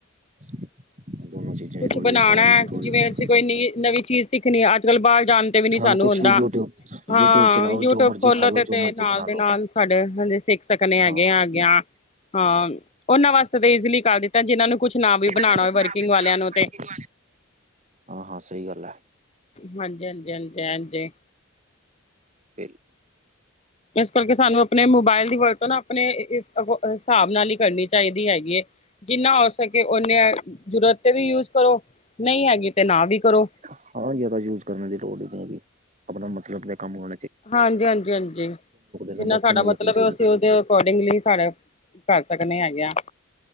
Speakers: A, on the right; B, on the left.
A: <inaudible> ਚੀਜ਼ਾਂ
B: ਕੁਛ
A: ਜ਼ਰੂਰੀ
B: ਬਣਾਉਣਾ
A: ਹੈ ਫੋਨ ਜ਼ਰੂਰੀ
B: ਜਿਵੇਂ
A: ਹੈ।
B: ਅਸੀਂ ਕੋਈ ਨੀਂ ਨਵੀਂ ਚੀਜ਼ ਸਿੱਖਣੀ ਅੱਜ ਕੱਲ੍ਹ ਬਾਹਰ ਜਾਣ ਵੀ ਨੀ
A: ਹਾਂ
B: ਸਾਨੂੰ
A: ਕੁਛ
B: ਹੁੰਦਾ
A: ਵੀ ਯੂਟਿਊਬ ਯੂਟਿਊਬ
B: ਹਾਂ
A: ਚਲਾਓ
B: ਯੂਟਿਊਬ
A: ਜੋ ਮਰਜ਼ੀ
B: ਖੋਲੋ
A: ਖਾ ਲੋ
B: ਤੇ
A: ਜੋ
B: ਤੇ
A: ਮਰਜ਼ੀ
B: ਨਾਲ
A: ਬਣਾ
B: ਦੇ
A: ਲੋ
B: ਨਾਲ ਸਾਡੇ ਹਾਂਜੀੇ ਸਿੱਖ ਸਕਦੇ ਹੈਗੇ
A: ਹਾਂ ਹਾਂ
B: ਆ
A: ਇਹਨਾਂ
B: ਅੱਗੇ ਹਾਂ ਉਹਨਾਂ ਵਾਸਤੇ ਤਾਂ ਈਜ਼ਲੀ ਕਰ ਦਿੱਤਾ ਜਿਹਨਾਂ ਨੂੰ ਕੁਛ ਨਾ ਵੀ ਬਣਾਉਣਾ
A: ਨੂੰ ਕੁਛ
B: ਹੋਵੇ ਵਰਕਿੰਗ
A: ਨਾ ਵੀ
B: ਵਾਲਿਆਂ
A: ਬਣਾਉਣਾ
B: ਨੂੰ
A: ਵਰਕਿੰਗ
B: ਤੇ
A: ਹਾਂ- ਹਾਂ ਸਹੀ ਗੱਲ ਹੈ
B: ਹਾਂਜੀ -ਹਾਂਜੀ -ਹਾਂਜੀ -ਹਾਂਜੀ।
A: ਬਿਲ
B: ਇਸ ਕਰਕੇ ਸਾਨੂੰ ਆਪਣੇ ਮੋਬਾਇਲ ਦੀ ਵਰਤੋਂ ਨਾ ਆਪਣੇ ਇਸ ਹਿਸਾਬ ਨਾਲ ਹੀ ਕਰਨੀ ਚਾਹੀਦੀ ਹੈਗੀ ਹੈ। ਜਿੰਨਾ ਹੋ ਸਕੇ ਓਨੇ ਜ਼ਰੂਰਤ ਤੇ ਵੀ ਯੂਜ ਕਰੋ ਨਹੀਂ ਹੈਗੀ ਤੇ ਨਾ ਵੀ ਕਰੋ।
A: ਹਾਂ, ਜਿਆਦਾ ਯੂਜ ਕਰਨ ਦੀ ਲੋੜ ਈ ਨਹੀਂ ਹੈਗੀ ਆਪਣਾ ਮਤਲਬ ਆਪ ਕੰਮ ਹੋ,
B: ਹਾਂਜੀ-ਹਾਂਜੀ, ਹਾਂਜੀ
A: ਨਾ
B: ਜਿੰਨਾ
A: ਬੱਚੇ
B: ਸਾਡਾ
A: ਨੂੰ
B: ਮਤਲਬ
A: ਰੋਕ ਨਹੀਂ ਸਕਦੇ
B: ਅਸੀਂ
A: ਤੁਸੀਂ
B: ਉਹਦੇ ਅਕੋਰਡਿੰਗਲੀ ਸਾਰੇ ਕਰ ਸਕਦੇ ਹੈਗੇ ਆ।